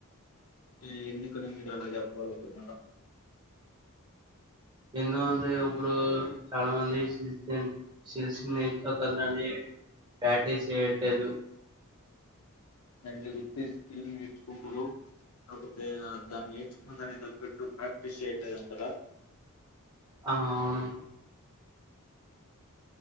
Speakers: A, on the left; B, on the right.
A: ఈ, ఎందుకని మీరు అలా చెప్పగలుగుతున్నారు
B: ఎందు అంటే ఇప్పుడు చాలా మంది సిల్స్ సిల్స్ <unintelligible> కాని ప్రాక్టీస్ చేయట్లేదు
A: అంటే వచ్చే స్కిల్ నేర్చుకుంటుర్రు కాకపోతే దాన్ని నేర్చుకున్న దానికి తగ్గట్టు ప్రాక్టీస్ చేయట్లేదు అంటరా
B: ఆ అవును